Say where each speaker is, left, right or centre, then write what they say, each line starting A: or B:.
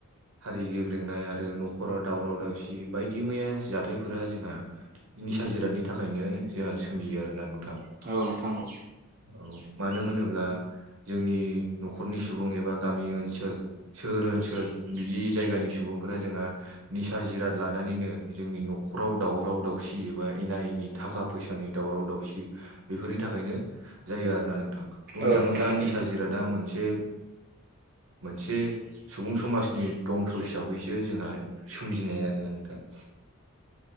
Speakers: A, on the right (about 75°); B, on the right (about 45°).
A: हारि गेब्रेंनाय आरो नखराव दावराव दावसि बायदि मैया जाथायफोरा जोंहा निसा जिरादनि थाखायनो जोंहा सोमजियो आरोना नोंथां।
B: औ नोंथां औ।
A: औ मानो होनोब्ला जोंनि नखरनि सुबुं एबा गामि ओनसोल सोहोर ओनसोल बिदि जायगानि सुबुंफोरा जोंहा निसा जिराद लानानैनो जोंनि नखराव दावराव दावसि एबा एना एनि थाखा फैसानि दावराव दावसि बेफोरनि थाखायनो जायो आरोना नोंथां। बुंनो
B: औ
A: थाङोब्ला
B: नोंथां औ
A: निसा जिरादा मोनसे मोनसे सुबुं समाजनि दंस' हिसाबैसो जोंहा सोमजिनाय आरोना नोंथां।